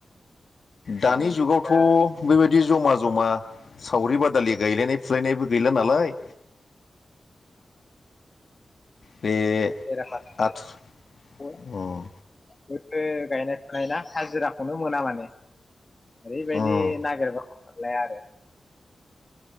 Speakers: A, on the left (about 30°); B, on the left (about 60°).
A: दा
B: दानि
A: बेथ'
B: जुगावथ'
A: दा
B: बेबायदि जमा जमा सावरि बादि। दालि गायलायनाय फुलायनायबो गैला नालाय। बे
A: बेरा फारसे
B: आथु
A: बो।
B: उम
A: बो गायनाय फुनाय ना हाजिराखौनो मोना माने ओरैबायदि
B: उम
A: नागिरबा। मोनलाया आरो।